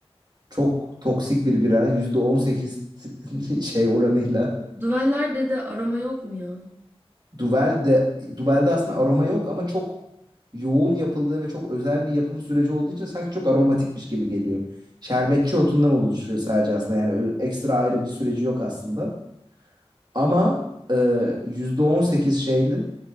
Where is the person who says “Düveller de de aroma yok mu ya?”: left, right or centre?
Right